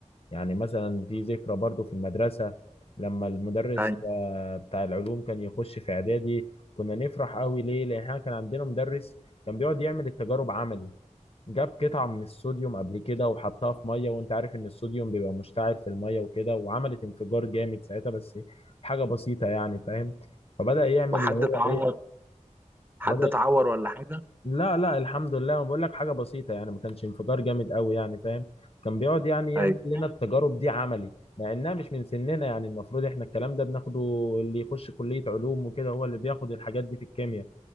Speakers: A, on the left; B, on the right.
A: يعني مثلا في ذكرى برضو في المدرسة لما المدرس
B: ايوه
A: آه، بتاع العلوم كان يخش في اعدادي كنا نفرح قوي ليه لان احنا كان عندنا مدرس كان بيقعد يعمل التجارب عملي جاب قطعة من الصوديوم قبل كده وحطها في مية وانت عارف ان الصوديوم بيبقى مشتعل في المية وكده وعملت انفجار جامد ساعتها بس حاجة بسيطة يعني فاهم فبدأ يعمل
B: وحد
A: اللي هو
B: اتعور
A: ايه
B: حد
A: بدأ
B: اتعور ولا حاجه
A: لا لا الحمد لله انا بقول لك حاجه بسيطه يعني ما كانش انفجار جامد قوي يعني فاهم كان بيقعد يعني يعمل
B: ايوه
A: لنا التجارب دي عملي مع انها مش من سننا يعني المفروض احنا الكلام ده بناخده اللي يخش كليه علوم وكده هو اللي بياخد الحاجات دي في الكيمياء